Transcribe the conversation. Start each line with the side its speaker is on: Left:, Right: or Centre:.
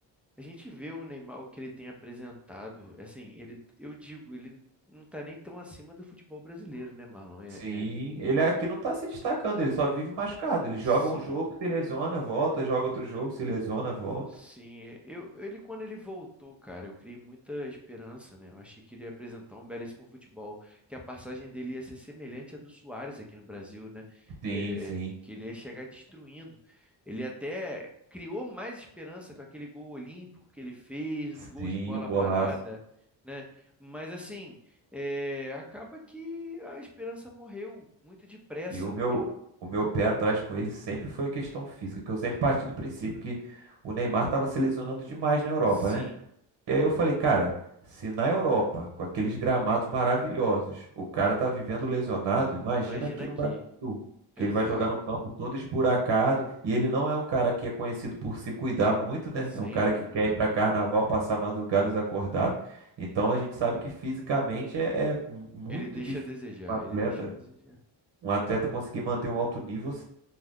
Centre: A gente vê o Neymar, o que ele tem apresentado, assim, ele, eu digo, ele não tá nem tão acima do futebol brasileiro, né, Marlon? É,
Right: Sim,
Centre: é,
Right: ele aqui não tá se destacando, ele só vive machucado. Ele joga
Centre: sim.
Right: um jogo, se lesiona, volta, joga outro jogo, se lesiona, volta.
Centre: Sim, é, eu, ele quando ele voltou, cara, eu criei muita esperança, né? Eu achei que ele ia apresentar um belíssimo futebol, que a passagem dele ia ser semelhante à do Suárez aqui no Brasil, né?
Right: Sim,
Centre: É,
Right: sim.
Centre: que ele ia chegar destruindo. Ele até criou mais esperança com aquele gol olímpico que ele fez,
Right: Sim,
Centre: os gols de bola
Right: o golaço.
Centre: parada, né? Mas assim, é, acaba que a esperança morreu muito depressa.
Right: E o meu,
Centre: Pelo...
Right: o meu pé atrás com ele sempre foi a questão física, que eu sempre parti do princípio que o Neymar estava se lesionando demais na Europa,
Centre: Sim,
Right: né? E aí eu falei, cara, se na Europa, com aqueles gramados maravilhosos, o cara tá vivendo lesionado, imagina
Centre: imagina
Right: aqui
Centre: aqui.
Right: no Brasil,
Centre: Exato,
Right: que ele vai jogar num campo todo esburacado, e ele não é um cara que é conhecido por se cuidar muito, né?
Centre: sem
Right: É um cara
Centre: dúvida.
Right: que quer ir para carnaval, passar madrugadas acordado. Então a gente sabe que fisicamente é, é muito
Centre: Ele deixa
Right: difícil
Centre: a desejar,
Right: um atleta
Centre: ele deixa a desejar.
Right: um atleta conseguir manter um alto nível se,